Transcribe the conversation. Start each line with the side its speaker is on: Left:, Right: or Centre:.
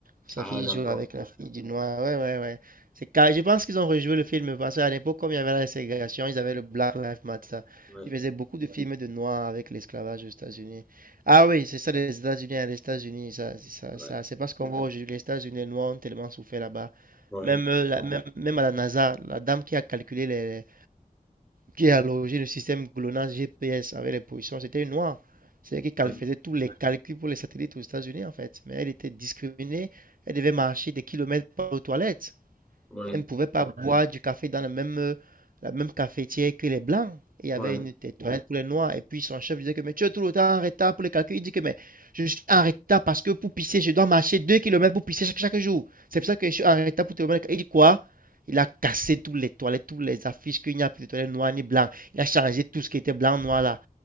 Right: Sa
Centre: Ah,
Right: fille
Centre: d'accord.
Right: joue avec la fille du noir. Ouais, ouais, ouais. C'est car... Je pense qu'ils ont rejoué le film parce qu'à l'époque, comme il y avait la ségrégation, ils avaient le Black Lives Matter.
Centre: Ouais,
Right: Ils faisaient beaucoup de films de noirs avec l'esclavage aux États-Unis. Ah oui, c'est ça, les États-Unis. hein, Les États-Unis, ça, c'est ça,
Centre: ouais,
Right: ça- c'est parce qu'on voit aujourd'hui les États-Unis, les noirs ont tellement souffert là-bas.
Centre: ouais,
Right: Même, euh, la- même, même à la NASA, la dame qui a calculé les qui a logé le système GLONASS GPS avec les positions, c'était une noire. C'est-à-dire qu'elle
Centre: ouais,
Right: faisait tous les calculs pour les satellites aux États-Unis, en fait. Mais elle était discriminée. Elle devait marcher des kilomètres par aux toilettes.
Centre: ouais.
Right: Elle ne pouvait pas Ouais, boire du café dans la même, euh, la même cafetière que les blancs. Il y avait
Centre: Ouais,
Right: une t- ouais, toilette pour les noirs. Et puis son chef disait que mais tu es tout le temps en retard pour les calculs. Il dit que mais je suis en retard parce que pour pisser, je dois marcher 2 kilomètres pour pisser chaque, chaque jour. C'est pour ça que je suis en retard pour te remettre. Il dit quoi? Il a cassé toutes les toilettes, toutes les affiches qu'il n'y a plus de toilettes noires ni blancs. Il a changé tout ce qui était blanc, noir là.